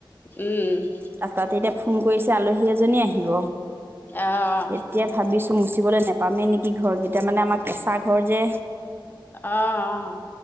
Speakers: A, on the left (about 25°); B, on the right (about 25°).
A: উম,
B: ত তাতে এতিয়া ফোন কৰিছে আলহী এজনী আহিব।
A: অ',
B: এতিয়া ভাবিছো মচিবলৈ নাপপামেই নেকি ঘৰ কেইতিয়া মানে আমাৰ কেঁচা ঘৰ যে।
A: আহ অ'।